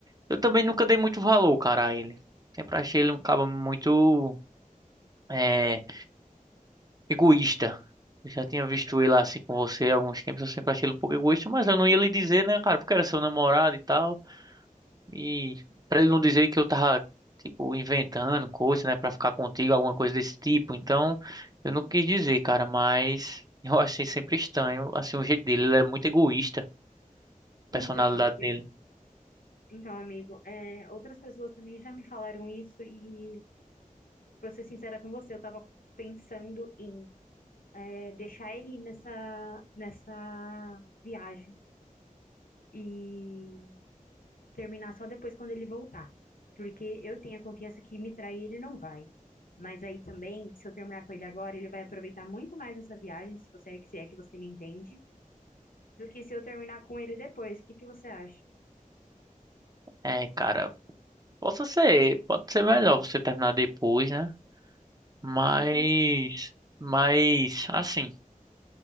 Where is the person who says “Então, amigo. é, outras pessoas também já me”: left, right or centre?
Left